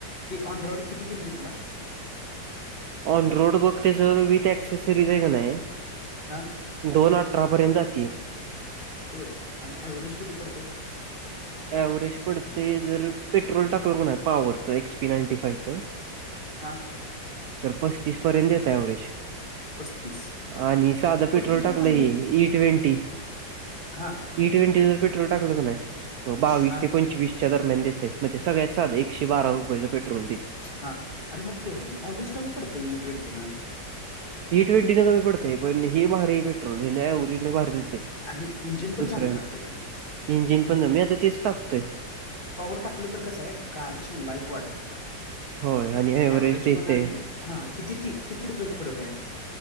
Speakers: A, on the left (about 30°); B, on the right (about 70°).
A: ती ऑन रॉइड किती गेलती तुला.
B: ऑन रोड बघ त्याचं विथ ऍक्सेसरीज आहे का नाही.
A: हब.
B: दोन अठरा पर्यंत जातेय.
A: होय आणि ऍव्हरेज किती पडते.
B: एव्हरेज पडते जर पेट्रोल टाकलं कोण आहे पवरच एक्सपी नाईंटी फाईव्ह चं.
A: हां.
B: तर पस्तीस पर ये देता एव्हरेज.
A: पस्तीस
B: आणि साधं
A: अ,
B: पेट्रोल
A: पस्तीस पण
B: टाकलं
A: चांगला
B: हे
A: आहे की
B: ई ट्वेंटी.
A: हा
B: ई ट्वेंट डिझेलेट्रोल टाकलं का नाही मग बावीस
A: हा
B: ते पं. पचवीसच्या दरम्यान देते म्हणजे सगळ्या साध एकशे बार रुपय पेट्रोलली.
A: हा अरे मग एव्हरेज कमी पडत इई ट्वेंटी ना.
B: ई ट्वेंटी न कमी पडतेय पण हेीहहेारी पेट्रोल हेि ना व्हेजला बाहेर देते.
A: आणि इंजिन पण
B: दुसऱ्या
A: चांगलं राहते
B: तीन
A: त्यानं
B: जीन पण ज आता तेच टाकतो. य
A: पवर टाकलं तर कसं आहे गाडीची लाईफ वाढत्या.
B: होय आणि ॲव्हरेज
A: व्हरेज
B: देतंय
A: पण आणि हा किती किती रुपये फरक आहे.